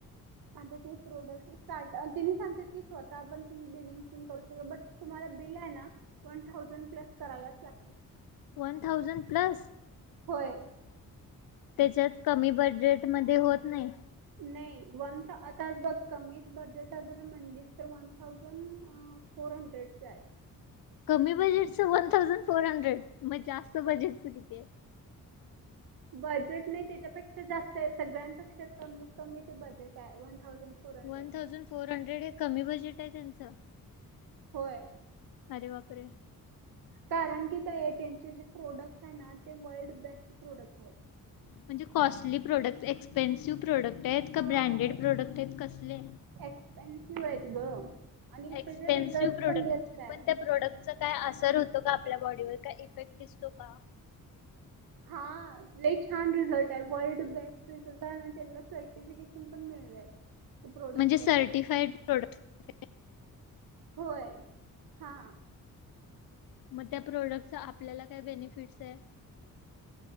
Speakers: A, on the right; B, on the left.
A: आता तुम्ही प्रोडक्ट स्टार्ट तेनी सांगत्यात की स्वतःपन तुम्ही बिलिंग तेन करू शकता बट तुम्हाला बिल आहे ना वन थाउजंड प्लस करायलाच लागतय
B: वन थाउजंड प्लस
A: होय
B: त्याच्यात कमी बजेट मधे होत नाही
A: नाही वन आताच बघ कमी बजेट अगर म्हणली तर वन थाउजंड फोर हंड्रेडच आहे
B: कमी बजेटच वन थाउजंड फोर हंड्रेड मग जास्त बजेटच किती आहे
A: बजेट नाही त्याच्यापेक्षा जास्त आहे सगळ्यापेक्षा कमीत कमी ते बजेट आहे one thousand four hundred
B: one thousand four hundred हे कमी बजेट आहे त्यांच <unintelligible>
A: होय
B: अरे बापरे?
A: कारण की काय आहे त्यांचे जे प्रोडक्ट हाय ना ते वर्ल्ड बेस्ट प्रोडक्ट
B: म्हणजे कॉस्टली प्रोडक्ट एक्स्पेन्सिव्ह प्रोडक्ट <unintelligible> का
A: हा
B: ब्रँडेड प्रोडक्ट आहेत कसले?
A: एक्सपेन्सिव्ह <unintelligible>
B: एक्स्पेन्सिव्ह
A: त्याचे रिझल्ट
B: प्रोडक्टंय
A: पण बेस्ट आहे
B: पण त्या प्रोडक्टचं काय असर होतो का आपल्या बॉडीवर? काय इफेक्ट दिसतो का?
A: हां, लई छान रिझल्टंय वर्ल्ड बेस्ट <unintelligible> तेनला सर्टिफिकिशन पण मिळलंय. ते प्रोडक्ट
B: म्हणजे सर्टिफाईड
A: वरती
B: प्रोडक्ट्स
A: होय, हां
B: मग त्या प्रोडक्टचा आपल्याला काय बेनिफिट्सय?